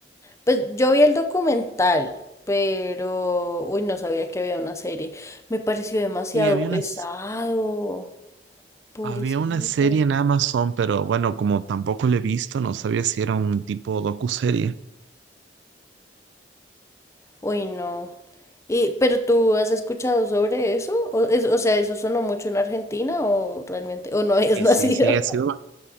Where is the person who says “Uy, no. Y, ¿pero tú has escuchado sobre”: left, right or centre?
Left